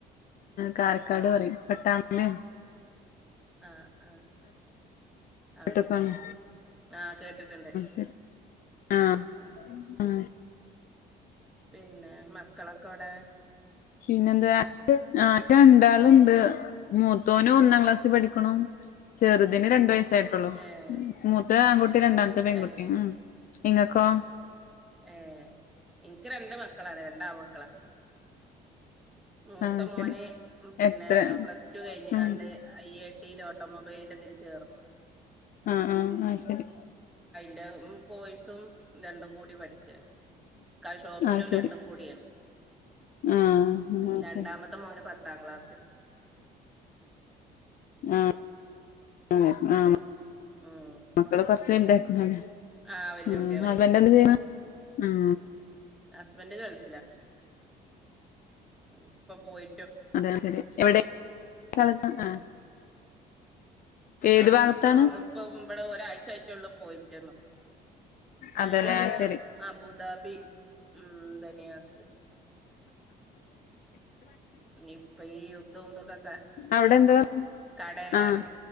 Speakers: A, on the left; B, in the centre.
A: കാരക്കാട്
B: ആഹ്
A: പറയും പട്ടാമ്പി
B: ആഹ് ആഹ് അവിടെയാണല്ലേ
A: കോട്ടക്കലാണ്
B: ആഹ് കേട്ടിട്ടുണ്ട്
A: ശരി ആഹ്
B: ഉം
A: ആഹ്
B: പിന്നെ മക്കളൊക്കെ വിടെ?
A: പിന്നെന്താ ആഹ് രണ്ടാളുണ്ട് മൂത്തോന് ഒന്നാം ക്ലാസ്സി പഠിക്ക്‌ണു. ചെറുതിന് രണ്ടു വയസ്സ് തായ്സൊള്ളു.
B: ഏഹ്
A: മൂത്ത ആൺകുട്ടി രണ്ടാമത്തെ പെൺകുട്ടി.
B: അത് ശരി
A: ഉം ഇങ്ങക്കോ?
B: ഏഹ് ഇൻക്ക് രണ്ട് മക്കളാണ്. രണ്ടാൺ മക്കളാ മൂത്ത
A: ആഹ്
B: മോന്
A: ശരി
B: പിന്നെ
A: എത്ര
B: പ്ലസ് ടു കഴിഞ്കാണ്ട്
A: ഉം
B: അയ്യേ ട്ടീൽ ഓട്ടോമൊബൈലിന്റെതിന് ചേർന്നു.
A: അഹ് ആഹ് ആഹ് ശരി
B: ലെ ഉം കോയ്സും രണ്ടും കൂടി പഠിക്കാണ്. കഹ് ഷോപ്പിലും
A: ആഹ് ശരി
B: രണ്ടും കൂടിയാ
A: ആഹ്
B: ഉം
A: ആഹ്
B: രണ്ടാമത്തെ
A: ശരി
B: മോന് പത്താം ക്ലാസ്സില്.
A: ആഹ് ആഹ്
B: ഉം
A: മക്കള് കൊറച്ച്ണ്ട് <unintelligible>
B: ആഹ് വല്യ
A: ഉം
B: കുട്ടികളായി
A: ഹസ്ബൻഡ് ന്തായ്യണെ? ഉം
B: ഹസ്ബൻഡ് ഗൾഫിലാ. ഇപ്പൊ പോയി
A: അതെ ശരി എവിടെ സ്ഥലത്ത്
B: ഉം
A: ആഹ് ഏത്
B: ആഹ്
A: ഭാഗത്താണ്
B: അവള്പ്പം ഇവടെ ഒരാഴ്ച ആയിട്ടോള്ളൂ പോയിറ്റെള്ളു.
A: അതെല്ലേ
B: ഓരോ
A: ആഹ്
B: ടെ
A: ശരി
B: അബുദാബി ഉം ബനിയാസില് ഇപ്പൊ ഈ യുദ്ധവുംതൊക്കെ ക്ക
A: അവിടെ എന്താ
B: കടേലാണ്
A: ആഹ്